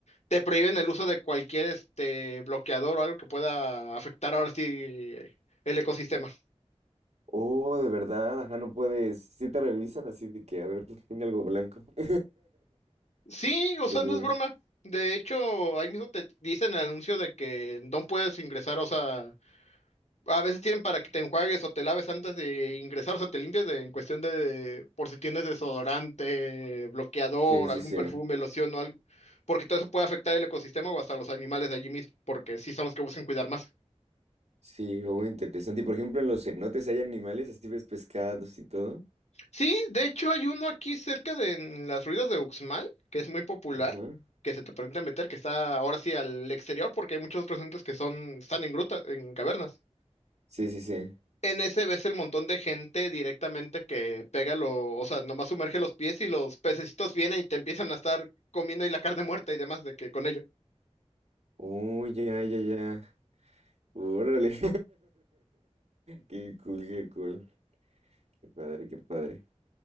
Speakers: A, on the left; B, on the right.
A: te prohíben el uso de cualquier este bloqueador o algo que pueda afectar ahora sí el ecosistema.
B: Oh, de verdad, ajá, no puedes. Sí te revisan así de que, a ver, tiene algo blanco. <laughs>
A: Sí, o sea,
B: De poder.
A: no es broma. De hecho, ahí mismo te dicen el anuncio de que no puedes ingresar, o sea, a veces tienen para que te enjuagues o te laves antes de ingresar, o sea, te limpias de- en cuestión de por si tienes desodorante, bloqueador,
B: Sí, sí,
A: algún
B: sí.
A: perfume, loción o algo, porque todo eso puede afectar el ecosistema o hasta los animales de allí mismo, porque sí son los que buscan cuidar más.
B: Sí, oh, interesante. Y por ejemplo, en los cenotes hay animales, así ves pescados y todo.
A: Sí, de hecho hay uno aquí cerca de en las ruinas de Uxmal, que es muy popular,
B: Ajá.
A: que se te permite meter, que está ahora sí al exterior, porque hay muchos otros entes que son, están en grutas, en cavernas.
B: Sí, sí, sí.
A: En ese ves el montón de gente directamente que pega lo, o sea, nomás sumerge los pies y los pececitos vienen y te empiezan a estar comiendo y la carne muerta y demás de que con ello.
B: Oh, ya, ya, ya. Órale. <laughs> Qué cool, qué cool. Qué padre, qué padre.